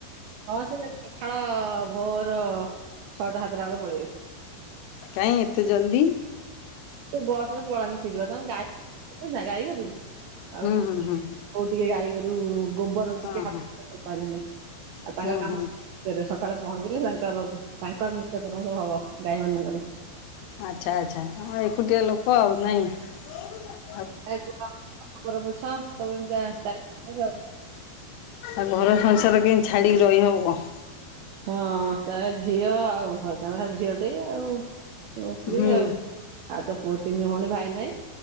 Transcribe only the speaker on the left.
କାଇ ଏତେ ଜଲ୍ଦି?
ହୁଁ
ହୁଁ ହୁଁ
ହଁ
ହଁ
ହୁଁ
ହୁଁ
ଆଚ୍ଛା ଆଚ୍ଛା ଏକୁଟିଆ ଲୋକ ଆଉ ନାହିଁ।
ଆଉ ଘର ସଂସାର କେମିତି ଛାଡ଼ିକି ରହିହେବ?
ହୁଁ